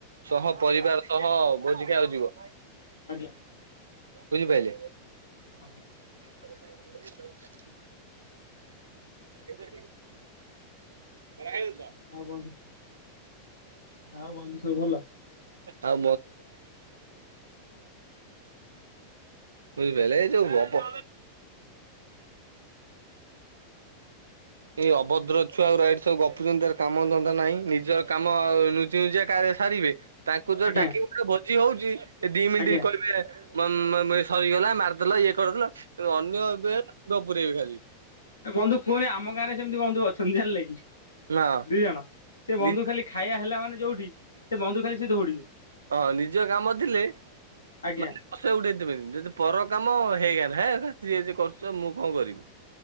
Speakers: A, on the right (about 70°); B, on the left (about 75°).
A: ସହ ପରିବାର ସହ ଭୋଜି ଖାଉ ଯିବ।
B: ଆଜ୍ଞା।
A: ବୁଝି ପାଇଲି?
B: ଅ।
A: ଲୋକ ସାଙ୍ଗରେ ହେଇ ଯ <unintelligible> <unintelligible>
B: ଆଉ ବନ୍ଧୁ ଆଉ ବନ୍ଧୁ ସବୁ ଭଲ?
A: ଆଉ ବୁଇପାଇଲେ ଏଯୋଉ ଅବ ଏ ଅଭଦ୍ର ଛୁଆଗୁରା ଏଠି ସବୁ ଗପୁଚନ୍ତି ତାର କାମ ଧନ୍ଦା ନାଇ ନିଜର କାମ ଲୁଚି ନୁଚି କା ସାରିବେ ତାଙ୍କୁ ଯୋଉ
B: ଆଜ୍ଞା
A: ଡାକିବୁ <unintelligible> ଭୋଜି ହଉଚି ଏ ଦି ମିନିଟ
B: ଆଜ୍ଞା
A: କଇବେ ମଁ ମଁ ମଁଏ ସରିଗଲା ମାରିଦେଲ ଇଏ କରିଦେଲ ଅନ୍ୟ ଏବେ ଗପୁରବେ ଖାଲି।
B: ଏ ବନ୍ଧୁ କୁହନି ଆମ ଗାଁରେ ସେମତି ବନ୍ଧୁ ଅଛନ୍ତି ଜାଣିଲେ କି?
A: ହଁ
B: ଦି ଜଣ ସେ
A: ନିଜ
B: ବନ୍ଧୁ ଖାଲି ଖାଇବା ହେଲା ମାନେ ଯୋଉଠି ସେ ବନ୍ଧୁ ଖାଲି ସେ ଦଉଡିବେ।
A: ଅ ନିଜ କାମ ଥିଲେ
B: ଆଜ୍ଞା
A: ମାନେ ହସେ ଉଡେଇଦେବେନି ଯଦି ପର କାମ ହେଇଗାଲ ହେଁ ଯିଏ ଯେ କରୁଚ ମୁଁ କଁ କରିବି।